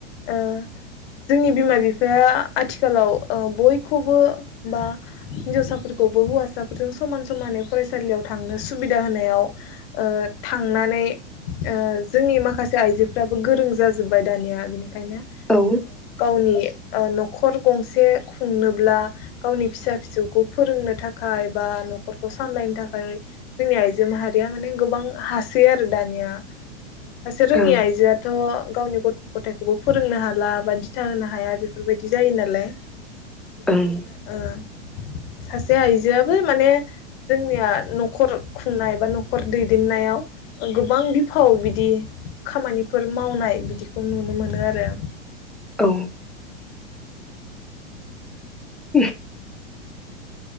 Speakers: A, on the left; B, in the centre.
A: ओ जोंनि बिमा बिफाया आथिखालाव ओ बयखौबो बा हिन्जावसाफोरखौबो हौवासाफोरजों समान समानै फरायसालियाव थांनो सुबिदा होनायाव ओ थांनानै ओ जोंनि माखासे आइजोफ्राबो गोरों जाजोबबाय दानिया बेनो। ओनखायनो
B: औ
A: गावनि ओ न'खर गंसे खुंनोब्ला गावनि फिसा फिसौखौ फोरोंनो थाखाय बा न'खरखौ सामलायनो थाखाय जोंनि आइजो माहारिया माने गोबां हासै आरो दानिया सासे रोङि
B: ओं
A: आइजोआथ' गावनि गथ' गथायखौबो फोरोंनो हाला बा दिथा होनो हाया बेफोरबायदि जायो नालाय बेनिखायनो
B: ओं
A: सासे आइजोआबो माने जोंनिया न'खर खुंनाय बा न'खर दैदेननायाव गोबां बिफाव बिदि खामानिफोर मावनाय बिदिखौ नुनो मोनो आरो।
B: औ उम